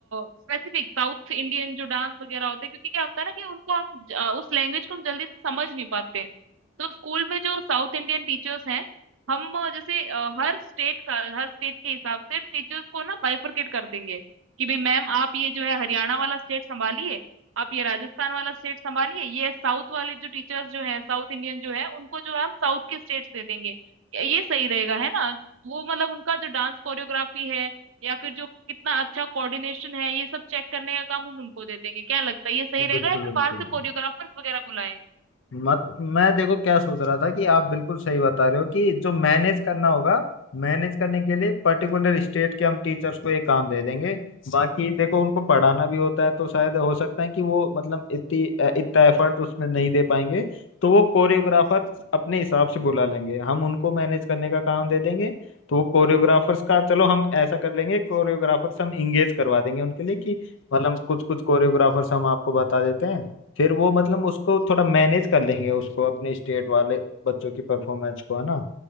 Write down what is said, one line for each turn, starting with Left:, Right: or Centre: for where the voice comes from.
Right: स्पेसिफिक साउथ इंडियन जो डांस वगैरह होते हैं क्योंकि क्या होता है ना कि उनको हम ज- अ, उस लैंग्वेज को हम जल्दी से समझ नहीं पाते हैं। तो स्कूल में जो साउथ इंडियन टीचर्स हैं हम अ, जैसे अ, हर स्टेट का हर स्टेट के हिसाब से टीचर्स को ना बाइफरकेट कर देंगे कि भाई मैम आप ये जो है हरियाणा वाला स्टेट संभालिए आप ये राजस्थान वाला स्टेट संभालिए ये साउथ वाले जो टीचर्स जो हैं साउथ इंडियन जो है उनको जो हम साउथ के स्टेट्स दे देंगे ये सही रहेगा है ना वो मतलब उनका जो डांस कोरियोग्राफी है या फिर जो कितना अच्छा कोऑर्डिनेशन है ये सब चेक करने का काम हम उनको दे देंगे क्या लगता है ये सही रहेगा
Left: बिल्कुल
Right: या
Left: बिल्कुल
Right: फिर बाहर से कोरियोग्राफर्स वगैरह बुलाएं
Left: मत मैं देखो क्या सोच रहा था कि आप बिल्कुल सही बता रहे हो कि जो मैनेज करना होगा मैनेज करने के लिए पर्टिकुलर स्टेट के हम टीचर्स को ये काम दे देंगे बाकी देखो उनको पढ़ाना भी होता है तो शायद हो सकता है कि वो मतलब इतनी अ, इतना एफर्ट उसमें नहीं दे पाएंगे तो वो कोरियोग्राफर अपने हिसाब से बुला लेंगे हम उनको मैनेज करने का काम दे देंगे तो वो कोरियोग्राफर्स का चलो हम ऐसा कर लेंगे कोरियोग्राफर्स हम इंगेज करवा देंगे उनके लिए कि मतलब कुछ कुछ कोरियोग्राफर्स हम आपको बता देते हैं फिर वो मतलब उसको थोड़ा मैनेज कर लेंगे उसको अपने स्टेट वाले बच्चों की परफॉर्मेंस को है ना